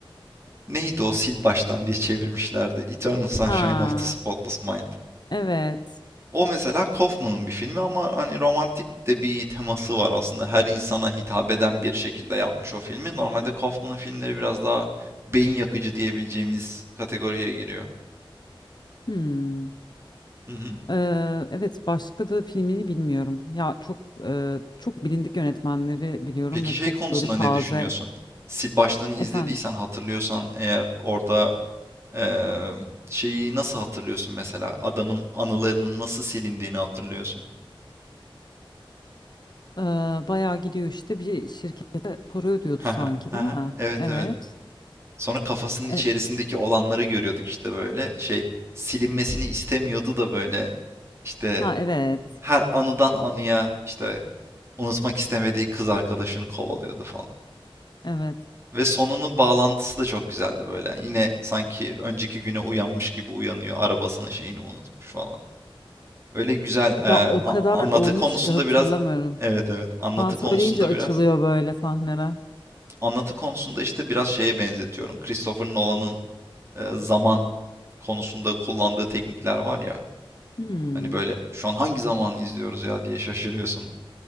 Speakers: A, on the right; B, on the left.
A: Neydi o sil baştan diye çevirmişlerdi. Eternal Sunshine
B: ha
A: of the Spotless Mind.
B: evet.
A: O mesela Kaufman'ın bir filmi ama hani romantik de bir teması var aslında. Her insana hitap eden bir şekilde yapmış o filmi. Normalde Kaufman'ın filmleri biraz daha beyin yakıcı diyebileceğimiz kategoriye giriyor.
B: Hmm.
A: Hı hı.
B: Ee, evet başka da filmini bilmiyorum. Ya çok e, çok bilindik yönetmenleri biliyorum
A: Peki
B: ve
A: şey
B: çok
A: konusunda
B: böyle taze
A: ne düşünüyorsun? Sil baştanı izlediysen
B: efendim.
A: hatırlıyorsan eğer orada eee, şeyi nasıl hatırlıyorsun mesela? Adamın anılarının nasıl silindiğini hatırlıyorsun.
B: Ee, bayağı gidiyor işte bir şirkete para ödüyordu
A: <laughs> Haha,
B: sanki
A: haha,
B: değil mi?
A: Evet
B: Evet.
A: evet. Sonra kafasının
B: E,
A: içerisindeki olanları görüyorduk işte böyle şey silinmesini istemiyordu da böyle işte
B: ha evet.
A: her anıdan anıya işte unutmak istemediği kız arkadaşını kovalıyordu falan.
B: Evet.
A: Ve sonunun bağlantısı da çok güzeldi böyle. Yani Yine sanki önceki güne uyanmış gibi uyanıyor arabasını şeyini unutmuş falan. Öyle güzel e,
B: Ya o
A: a-
B: kadar
A: anlatı
B: olmuş
A: konusunda
B: ki hatırlamıyorum.
A: biraz evet evet anlatı
B: Sen söyleyince
A: konusunda
B: açılıyor
A: biraz
B: böyle sahneler.
A: anlatı konusunda işte biraz şeye benzetiyorum. Christopher Nolan'ın e, zaman konusunda kullandığı teknikler var ya.
B: Hmm.
A: Hani böyle şu an hangi zamanı izliyoruz ya diye şaşırıyorsun.